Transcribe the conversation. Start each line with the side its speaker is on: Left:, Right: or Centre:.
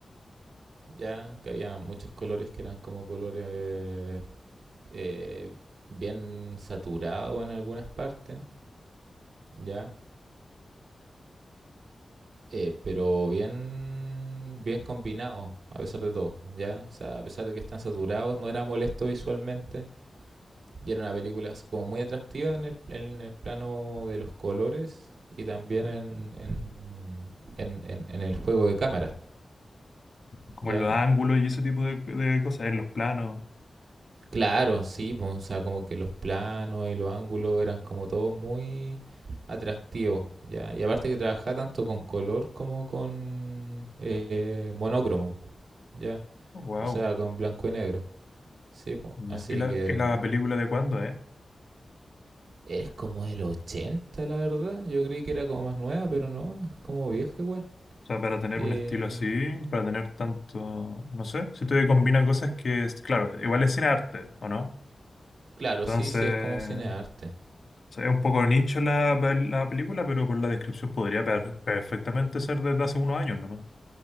Right: ya que había muchos colores que eran como colores eh, eh, bien saturados en algunas partes, ya, eh, pero bien, bien combinados a pesar de todo, ya. O sea, a pesar de que están saturados, no era molesto visualmente Y era una película así como muy atractiva en el, en el plano de los colores y también en, en, en, en- en el juego de cámaras.
Left: Como
Right: Ya,
Left: en los ángulos y ese tipo de, de cosas, en los planos.
Right: claro, sí, pues, o sea, como que los planos y los ángulos eran como todos muy atractivos. Ya, y aparte que trabajaba tanto con color como con eh, monócromo, ya,
Left: wow.
Right: o sea, con blanco y negro. Sí, pues,
Left: ¿Y
Right: así
Left: la,
Right: que
Left: y la película de cuándo, eh?
Right: es como del 80 la verdad. Yo creí que era como más nueva, pero no, es como vieja, igual
Left: O sea, para tener
Right: Eh,
Left: un estilo así, para tener tanto, no sé, siento que combina cosas que, es- claro, igual es cine arte, ¿o no?
Right: claro,
Left: Entonces,
Right: sí, sí, es como cine
Left: o
Right: arte.
Left: sea, es un poco nicho la, pel- la película, pero por la descripción podría per- perfectamente ser desde hace unos años nomás.